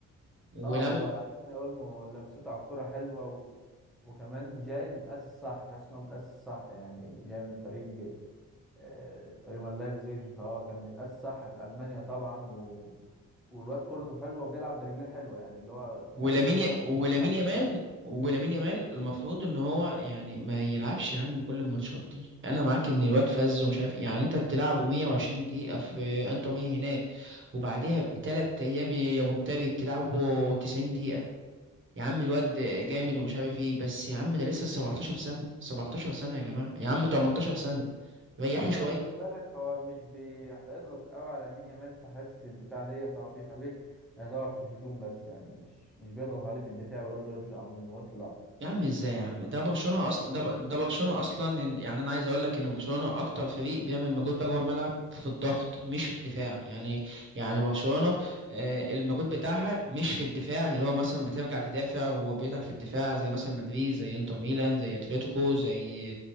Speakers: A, on the right; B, in the centre.
A: ولما
B: اه هو داني اولمو لمسته على الكرة حلوة و... وكمان جاي متأسس صح تحس انه متأسس صح يعني جاي من فريق آه تقريبا لايبزيج فهو كان متأسس صح في ألمانيا طبعا و... والواد كورته حلوة بيلعب برجليه حلوة يعني اللي هو فريق
A: ولامين
B: برشلونة
A: ي... ولامين
B: بيلعب كورة
A: يامال ولامين يامال المفروض ان هو يعني ما يلعبش يا عم كل الماتشات دي انا معاك ان الواد فز ومش عارف إيه. يعني انت بتلعبه 120 دقيقه في انتر ميامي هناك وبعدها بثلاث ايام يا مهتبي تلعبه 90 دقيقه يا عم الواد جامد ومش عارف ايه بس يا عم ده لسه 17 سنه 17 سنه يا جماعه يا عم 18 سنه ريحوا
B: هو انت
A: شويه
B: لو خدت بالك هو مش بيضغط قوي على يمين يامال في حتة الدفاع دي فهو بيخليه يدور في الهجوم بس يعني مش مش بيضغط عليه في الدفاع ويقول له ارجع عموما واطلع
A: يا عم ازاي
B: لا
A: يا عم ده برشلونة اصلا ده ب- ده برشلونة اصلا إن- يعني انا عايز اقول لك ان برشلونة اكتر فريق بيعمل مجهود بقى جوه الملعب في الضغط مش في الدفاع يعني يعني برشلونة آه، المجهود بتاعها مش في الدفاع اللي هو مثلا بترجع تدافع وبيتعب في الدفاع زي مثلا مدريد زي انتر ميلان زي اتلتيكو زي